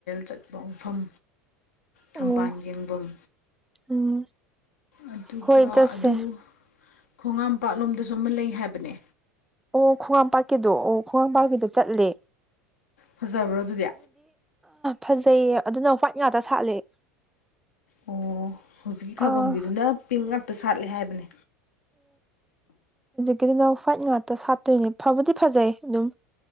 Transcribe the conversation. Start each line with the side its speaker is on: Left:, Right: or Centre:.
Left: ꯆꯠꯄ ꯃꯐꯝ ꯊꯝꯕꯥꯜ
Centre: ꯑꯣ
Left: ꯌꯦꯡꯐꯝ
Centre: ꯎꯝ
Left: ꯑꯗꯨꯒ
Centre: ꯍꯣꯏ ꯆꯠꯁꯦ
Left: ꯑꯗꯨ ꯈꯣꯡꯉꯥꯝ ꯄꯥꯠꯂꯣꯝꯗꯁꯨ ꯑꯃ ꯂꯩ ꯍꯥꯏꯕꯅꯦ
Centre: ꯑꯣ ꯈ꯭ꯋꯥꯡꯝꯄꯥꯛꯀꯤꯗꯣ ꯑꯣ ꯈ꯭ꯋꯥꯡꯝꯄꯥꯛꯀꯤꯗ ꯆꯠꯂꯦ
Left: ꯐꯖꯕ꯭ꯔꯣ ꯑꯗꯨꯗꯤ
Centre: ꯐꯖꯩꯌꯦ ꯑꯗꯨꯅ ꯋꯥ꯭ꯋꯥꯏꯠ ꯉꯥꯛꯇ ꯁꯥꯠꯂꯦ
Left: ꯑꯣ ꯍꯧꯖꯤꯛꯀꯤ ꯈꯥꯕꯝꯒꯤꯗꯨꯅ
Centre: ꯑꯥ
Left: ꯄꯤꯡ ꯉꯥꯛꯇ ꯁꯥꯠꯂꯦ ꯍꯥꯏꯕꯅꯦ
Centre: ꯀꯅ ꯍ꯭ꯋꯥꯏꯠ ꯉꯥꯛꯇ ꯁꯥꯠꯇꯣꯏꯅꯦ ꯐꯕꯨꯗꯤ ꯐꯖꯩ ꯑꯗꯨꯝ